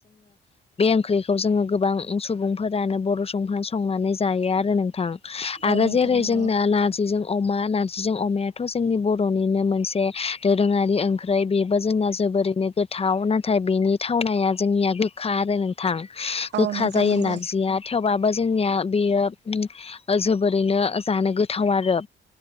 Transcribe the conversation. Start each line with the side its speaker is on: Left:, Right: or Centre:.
Left: ओंख्रिखौ जोङो गोबां सुबुंफोरानो बर' सुबुंंफ्रानो संनानै जायो आरो नोंथां
Right: औ
Left: आरो
Right: नोंथां
Left: जेरै
Right: नंगौ
Left: जों
Right: औ नोंथां नंगौ
Left: नारजिजों अमा नारजिजों अमायाथ' जोंनि बर'निनो मोनसे दोरोङारि ओंख्रि बेबो जोंना जोबोरैनो गोथाव नाथाय बेनि थावनाया जोंनिया गोखा आरो नोंथां
Right: औ
Left: गोखा
Right: नोंथां
Left: जायो
Right: नंगौ
Left: नारजिया थेवबाबो जोंनिया बेयो जोबोरैनो जानो गोथाव आरो